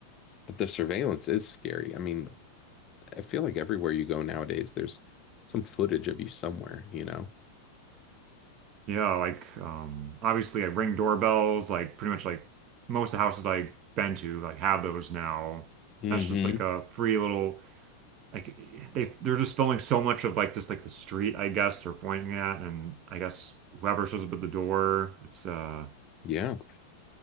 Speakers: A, on the left; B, on the right.
A: But the surveillance is scary. I mean, I feel like everywhere you go nowadays, there's some footage of you somewhere, you know?
B: Yeah, like um obviously like ring doorbells, like pretty much like most of the houses I've been to like have those now.
A: Mm-hmm.
B: That's just like a free little like they they're just filming so much of like just like the street, I guess, they're pointing at and I guess whoever shows up at the door, it's uh
A: Yeah.